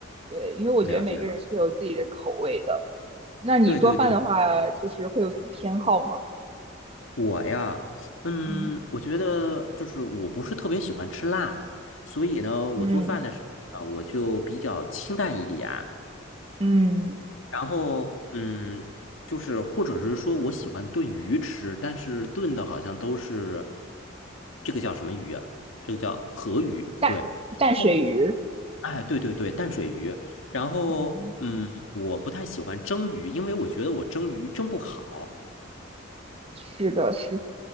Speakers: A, on the right; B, on the left.
A: 对，因为我觉得每个人是有自己的口味的。
B: 了解了。
A: 那你做饭的话，
B: 对对对
A: 就是会有什么偏好吗？
B: 我呀，嗯，
A: 嗯
B: 我觉得就是我不是特别喜欢吃辣，所以呢，我做饭的时候啊，
A: 嗯
B: 我就比较清淡一点。
A: 嗯，
B: 然后，嗯，就是或者是说我喜欢炖鱼吃，但是炖的好像都是这个叫什么鱼啊？这个叫河鱼，
A: 淡淡水鱼。
B: 对，嗯，哎，对对对，淡水鱼。然后，
A: 嗯。
B: 嗯，我不太喜欢蒸鱼，因为我觉得我蒸鱼蒸不好。
A: 是的，是，